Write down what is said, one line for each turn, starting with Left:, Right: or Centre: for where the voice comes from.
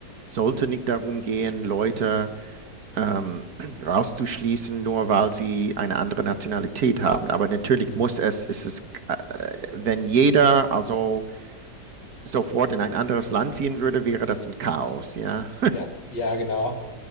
Right: sollte nicht darum gehen, Leute. ähm, rauszuschließen, nur weil sie eine andere Nationalität haben. Aber natürlich
Left: Mhm.
Right: muss es, ist es, äh, wenn jeder also sofort in ein anderes Land ziehen würde, wäre das ein Chaos, ja.
Left: Ja, ja, genau.